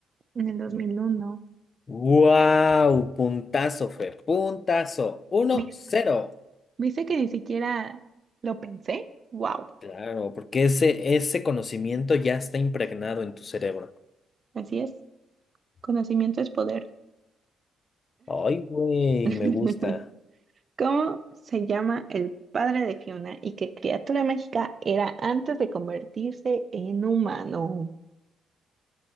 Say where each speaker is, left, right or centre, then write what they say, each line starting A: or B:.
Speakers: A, on the right; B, on the left.
A: En el 2001.
B: ¡Wow! Puntazo, Fer. Puntazo. Uno
A: ¿Vis-
B: cero.
A: ¿Viste que ni siquiera lo pensé? ¡Wow!
B: Claro, porque ese, ese conocimiento ya está impregnado en tu cerebro.
A: Así es. Conocimiento es poder.
B: Ay, güey,
A: <laughs>
B: me gusta.
A: ¿Cómo se llama el padre de Fiona y qué criatura mágica era antes de convertirse en humano?